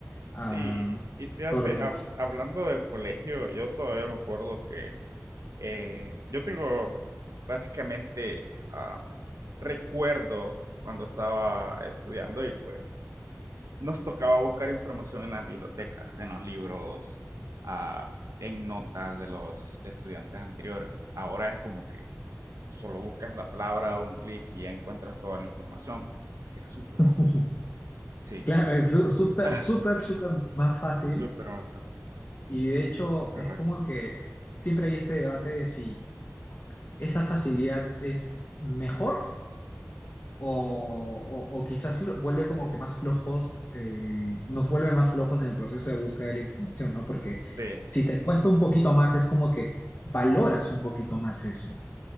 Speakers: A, on the right; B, on the left.
A: Sí,
B: a
A: y fíjate,
B: todo lo que está
A: hab-
B: buscando.
A: hablando del colegio, yo todavía me acuerdo que eh, yo tengo básicamente am, recuerdo cuando estaba estudiando y pues nos tocaba buscar información en las bibliotecas, en los libros, ah, en notas de los estudiantes anteriores. Ahora es como que solo buscas la palabra, un clic y ya encuentras toda la información. Es súper
B: <laughs>
A: más fácil. Sí,
B: Claro, es su- súper, súper,
A: <laughs>
B: súper más fácil
A: súper más fácil.
B: y de hecho
A: Correcto.
B: es como que siempre hay este debate de si esa facilidad es mejor o, o- o quizás lo- vuelve como que más flojos, eh, nos vuelve más flojos en el proceso de búsqueda de la información, ¿no? Porque
A: Sí,
B: si te cuesta un poquito más, es como que valoras un poquito más eso.